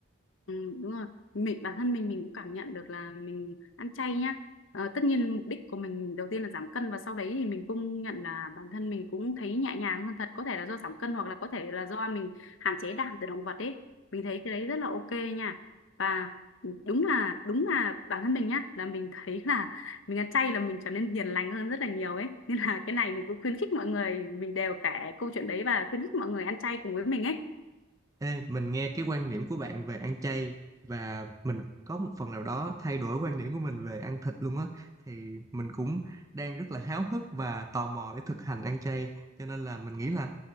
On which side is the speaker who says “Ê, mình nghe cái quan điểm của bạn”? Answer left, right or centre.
Right